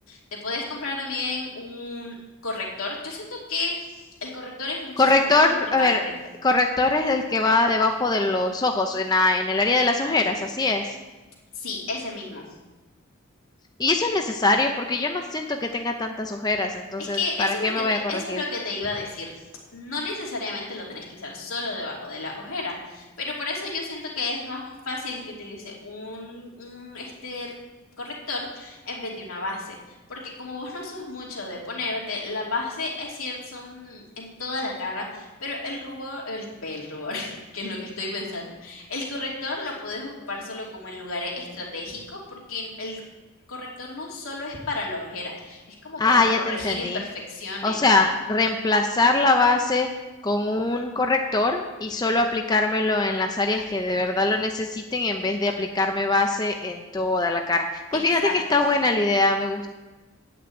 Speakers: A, on the left; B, on the left.
A: Te puedes comprar también un corrector. Yo siento que el corrector es muchísimo
B: Corrector,
A: más importante.
B: a ver, corrector es el que va debajo de los ojos, en la- en el área de las ojeras, así es.
A: Sí, ese mismo.
B: Y eso es necesario porque yo no siento que tenga tantas ojeras, entonces,
A: Es que
B: ¿para
A: eso
B: qué
A: es lo
B: me
A: que
B: voy
A: te,
B: a corregir?
A: eso es lo que te iba a decir. No necesariamente lo tenés que usar solo debajo de la ojera, pero por eso yo siento que es más fácil que utilice un, un este corrector en vez de una base, porque como vos no sos mucho de ponerte, la base es cierto, son en toda la cara, pero el rubor, el, ve, el rubor, <laughs> que es lo que estoy pensando, el corrector lo podés ocupar solo como en lugares estratégicos, porque el corrector no solo es para la ojera, es como
B: Ah,
A: para corregir
B: ya te entendí.
A: imperfecciones.
B: O sea, reemplazar la base con un corrector y solo aplicármelo en las áreas que de verdad lo necesiten en vez de aplicarme base en toda la cara. Pues
A: Exacto.
B: fíjate que está buena la idea, me